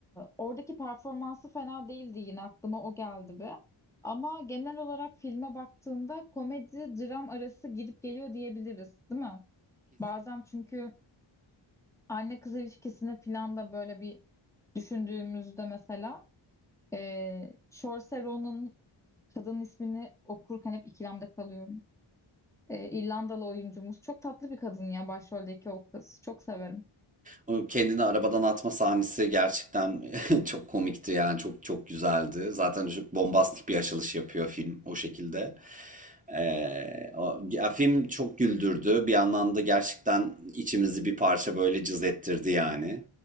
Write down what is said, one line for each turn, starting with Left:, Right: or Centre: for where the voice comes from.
Centre: oradaki performansı fena değildi yine aklıma o geldi bir. Ama genel olarak filme baktığında komedi dram arası gidip geliyor diyebiliriz, değil mi? Bazen çünkü anne kız ilişkisine falan da böyle bir düşündüğümüzde mesela e, Saoirse Ronan'ın kadın ismini okurken hep ikilemde kalıyorum. E, İrlandalı oyuncumuz. Çok tatlı bir kadın ya başroldeki o kız. Çok severim.
Right: O kendini arabadan atma sahnesi gerçekten <laughs> çok komikti yani çok çok güzeldi. Zaten çok bombastik bir açılış yapıyor film o şekilde. Ee, o, ya film çok güldürdü. Bir yandan da gerçekten içimizi bir parça böyle cız ettirdi yani.